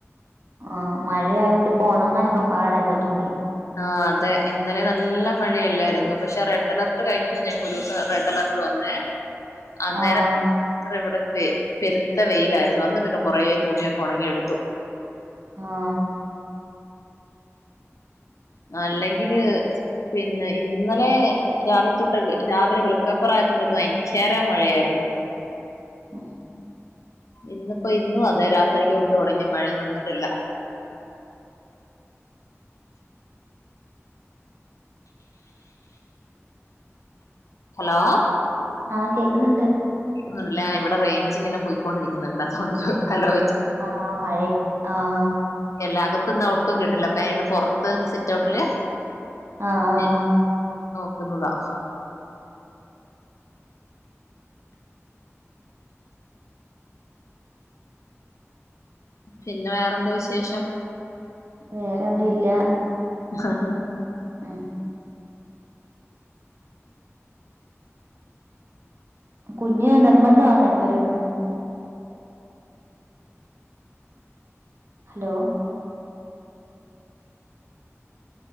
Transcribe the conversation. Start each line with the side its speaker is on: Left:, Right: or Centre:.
Right: ആഹ്, മഴയായോണ്ട് പ്പൊ ണങ്ങാനൊക്കെ പാടാ പ്പൊ തുണി.
Left: ആഹ്, അതെ ഇന്നലെ നല്ല മഴയല്ലായിരുന്നോ. പക്ഷെ റെഡ് അലർട്ട് കഴിഞ്ഞ ദിവസം ഞങ്ങക്കൊരൂസം റെഡ് അലർ ട്ട് വന്നേ അന്നേരം.
Right: ആഹ്
Left: അത്ര ഇവിടെ പെ, പെരുത്ത വെയിലായിരുന്നു. അന്ന് പിന്നെ കുറേ തുണിയൊക്കെ ഉണങ്ങിയെടുത്തു.
Right: ആഹ്
Left: നല്ലെങ്കില് പിന്നെ, ഇന്നലെ. രാവിലെ തൊട്ട് രാവിലെ വെളുക്കാപ്പുറായപ്പം തൊട്ട് ഭയഞ്ചര മഴയായിരുന്നു.
Right: ഉം
Left: ഇന്ന്പ്പോ ഇന്നു അതെ രാത്രിക്ക് തൊട്ടു ടങ്ങിയ മഴ നിന്നിട്ടില്ല. ഹലോ.
Right: ആ കേക്കുന്ന്ണ്ട്.
Left: ന്ന് ണ്ട്ലാഇവിടെ റൈഞ്ച് ങ്ങനെ പോയിക്കൊണ്ടിരിക്കുന്നുണ്ട്. അതുകൊണ്ട് ചോ ഹലോ
Right: ആഹ്, മഴെ ആഹ്.
Left: എല്ലാ അകത്ത്ന്നാ ഒട്ടും കിട്ടില്ല. അപ്പ ഞാനങ്ങനെ പുറത്ത് സിറ്റൗട്ടില്.
Right: ആ ആഹ്.
Left: ഇരുന്ന് നോക്കുന്നതാ. പിന്നെ വേറെന്താ വിശേഷം.
Right: വേറെന്നുല്ലാ.
Left: ഹ ഹാ.
Right: അഹ് കുഞ്ഞ് നിർബന്ധമാന്നെ എപ്പഴും ഹലോ?